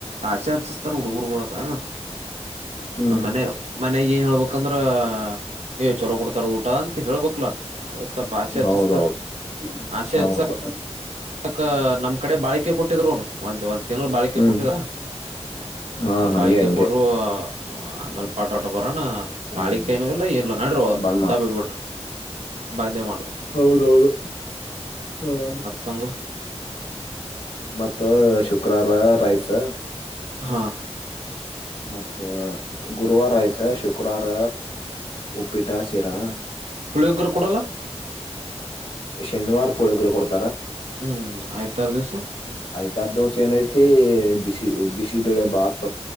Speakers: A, on the right; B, on the left.
A: ಆಶೆ ಹಚಸ್ತಾರ ಹುಡುಗರ್ಬದಾಗ
B: ಹ್ಮ್
A: ಮನೆ ಮನ್ಯಾಗ ಏನ್ ಹೇಳ್ಬೇಕಂದ್ರ ಏ ಚಲೋ ಕೊಡ್ತಾರ ಊಟ ಅಂತ ಹೇಳ್ಬಕ್ಲಾ ಅದಕ್ ಸ್ವಲ್ಪ ಆಸೆ ಹಚ್ಚಿಸ್ತಾರ
B: ಹೌದೌದು
A: ಆಸೆ
B: ಹೌದು
A: ಹಚ್ಚಕ್ <inaudible> ಕಡೆ ಬಾಳಿಕೆ ಕೊಟ್ಟಿದರು ನೋಡ್ ಒಂದ್ ಒಂದ್ ತಿಂಗಳು ಬಾಳಿಕೆ
B: ಹ್ಮ್
A: ಕೊಟ್ಟಿದ
B: ಹಾ
A: ಅದ
B: ಹಂಗೆ
A: ಬಾಳಿಕೆ
B: ಹಂಗೆ
A: ಕೊಡರುೂ <inaudible> ಣ
B: ಹ್ಮ್
A: ಬಾಿಕ ನು ಇಲ್ಲ ಏನ್ಲ್ಲ ನಡ್ರರು
B: ಬಂದ್
A: ದುದ್ದ ಬಿ ಬಿಟ್ರು ಬಂದ್ಯ ಮಾಡ
B: ಹೌದೌದು ಹ್ಮ್
A: ತಂಗು
B: ಮತ್ತ ಶುಕ್ರಾರ ರೈಸ್
A: ಹಾ
B: ಮತ್ತೆ ಗುರುವವಾರ ಆಯಸ ಶುಕ್ರವಾರ ಉಪ್ಪಿಟಾ ಸಿರಾ
A: ಪುಳಿ ವಗರ ಕುೂಡಲ್ಲ
B: ಶನಿವಾರ್ ಪುಳಗರೆ ಕೊಡತ
A: ಹ್ಮ್ ಆಯ್ತಾರು ದಿವಸ
B: ತರದೋಸ ಏನಐತಿ ಬಿಸಿ ಬಿಸಿಬಳೆ ಭಾತ